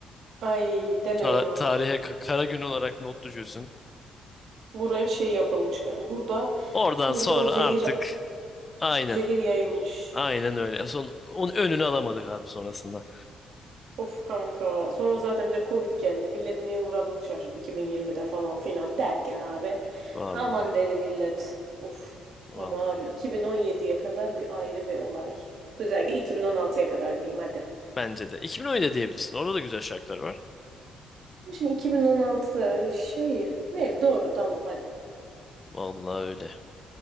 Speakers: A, on the right; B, on the left.
A: Ay deme
B: Ta-
A: ya.
B: tarihe ka- kara gün olarak not düşüyorsun.
A: Buraya şey yapılmış. kan- Burada
B: Oradan
A: burada
B: sonra
A: o zehir
B: artık aynen
A: zehir yayılmış.
B: aynen öyle. Son onun önünü alamadık abi sonrasında.
A: Of kanka. Sonra zaten bir de Covid geldi. Millet neye uğradığını şaşırdı 2020'de falan filan derken abi.
B: Vallahi
A: Aman dedi millet. Of.
B: vallahi.
A: Ama abi 2017'ye kadar bir ayrı bir olay. Özellikle 2016'ya kadar diyeyim hadi.
B: Bence de 2017 diyebilirsin. Orada da güzel şarkılar var.
A: Şimdi 2016'da şey ne doğru tamam hadi.
B: Vallahi öyle.